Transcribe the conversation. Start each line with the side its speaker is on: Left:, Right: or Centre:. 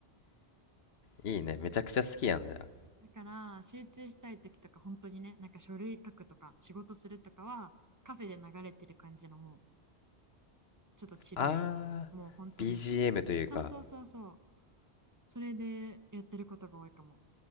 Left: いいね。めちゃくちゃ好きやんじゃん。
Right: だから集中したい時とか本当にねなんか書類書くとか仕事するとかはカフェで流れてる感じのもうちょっとチルいもう本当に
Left: ああ、BGM というか。
Right: そうそうそうそうそれでやってることが多いかも